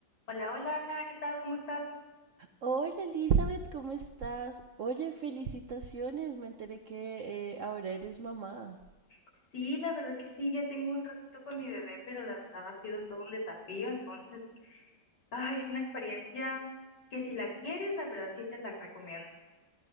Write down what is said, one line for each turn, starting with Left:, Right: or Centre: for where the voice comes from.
Left: Hola, hola Ana, ¿qué tal? ¿Cómo estás?
Right: Hola Elizabeth, ¿cómo estás? Oye, felicitaciones, me enteré que eh, ahora eres mamá.
Left: Sí, la verdad que sí, ya tengo un ratito con mi bebé, pero la verdad ha sido todo un desafío, entonces, ay, es una experiencia que si la quieres, la verdad sí te la recomiendo.